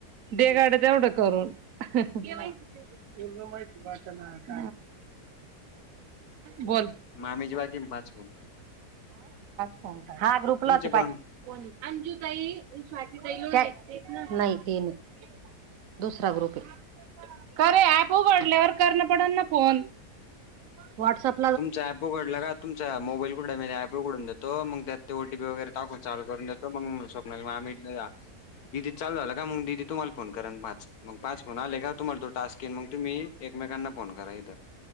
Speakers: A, on the right; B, on the left.
A: देवांग तेवढं करून पूर्ण माहिती वाटत बोल
B: मामीचे बाकी पाच फोन
A: हा ग्रुपलाच
B: तुमचे
A: पाहिजे
B: पण
A: अंजू ताई आणि स्वाती ताई नाही ते नाही दुसरा ग्रुप आहे कारे ऍप उघडल्यावर करण पडल ना फोन वॉट्सप
B: तुमचा ऍपो घडला का तुमचा मोबाईल कु पोकडून जातो त मग त्यात ते ओटीपी वगैरे टाकून चाल करून देतो म स्वप्न मग आम्ही दिदी चालू झाला का मग दिदी तुम्हाला फोन करा पाच मग पाच फोन आले का तुम्हाला तो टास्क येईन मग तुम्ही एकमेकांना फोन करा इथं